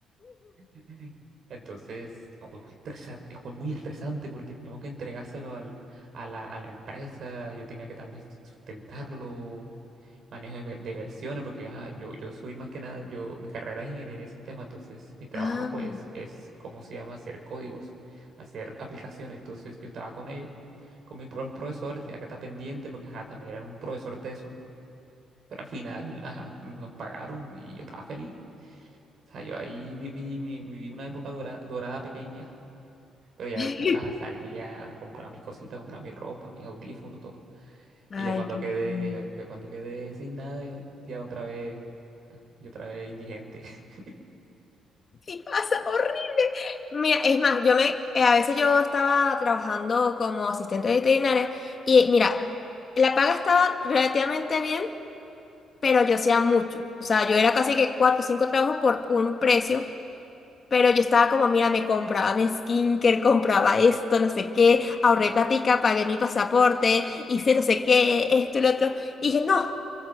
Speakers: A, on the right; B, on the left.
A: <laughs> Entonces, juego estresante, juego muy estresante porque teníamos que entregárselo al, a la, a la empresa, yo tenía que también s- sustentarlo, manejo de, ver- de versiones, porque ajá, yo, yo soy más que nada, yo, mi carrera es ingeniería de sistema, entonces mi trabajo
B: Ah.
A: pues es, ¿cómo se llama? Hacer códigos, hacer aplicaciones, entonces yo estaba con ellos, con mis pro- los profesores, tenía que estar pendiente porque ajá, también era un profesor teso. Pero al final, ajá, nos pagaron y yo estaba feliz. O sea, yo ahí viví, mi- viví una época dora- dorada pequeña, pero ya
B: <laughs>
A: después ajá, salía, compraba mis cositas, compraba mi ropa, mis audífonos, todo.
B: Ay,
A: Y ya cuando
B: qué
A: quedé,
B: lindo.
A: ya, ya cuando quedé sin nada, ya, ya otra vez, yo otra vez indigente. <laughs>
B: Sí, pasa horrible. Mira, es más, yo me, eh, a veces yo estaba trabajando como asistente veterinaria y mira, la paga estaba relativamente bien, pero yo hacía mucho. O sea, yo era casi que cuatro o cinco trabajos por un precio Pero yo estaba como, mira, me compraba mi skincare, compraba esto, no sé qué, ahorré platica, pagué mi pasaporte, hice no sé qué, esto y lo otro. Y dije, no,